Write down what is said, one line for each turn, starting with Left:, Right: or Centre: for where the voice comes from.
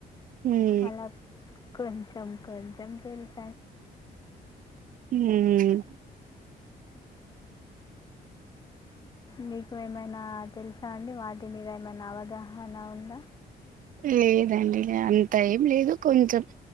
Right: ఉమ్
Left: అలా కొంచం కొంచం <unintelligible>
Right: హు
Left: మీకు ఏమైనా తెలుసా అండి వాటి మీద ఏమైనా అవగాహన ఉందా
Right: లేదండి అంత ఏం లేదు కొంచెం